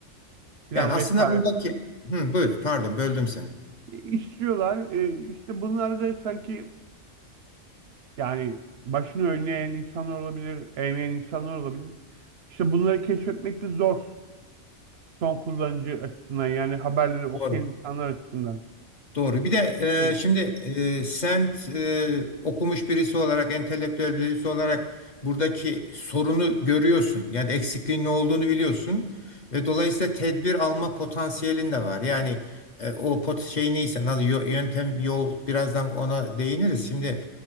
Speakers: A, on the right; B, on the left.
A: filan
B: Yani aslında
A: vesaire.
B: buradaki... Hı, buyur, pardon böldüm seni.
A: E, İstiyorlar. E, işte bunlar da sanki yani başını önüne eğen insanlar olabilir, eğmeyen insanlar olabilir. İşte bunları keşfetmek de zor son kullanıcı açısından yani haberleri okuyan
B: Doğru.
A: insanlar açısından.
B: Doğru. Bir de
A: Evet.
B: e, şimdi e, sen e, okumuş birisi olarak, entelektüel birisi olarak buradaki sorunu görüyorsun. Yani eksikliğin ne olduğunu biliyorsun. Ve dolayısıyla tedbir alma potansiyelin de var. Yani e, o pot şey neyse, nasıl yo- yöntem, yol birazdan ona değiniriz. Şimdi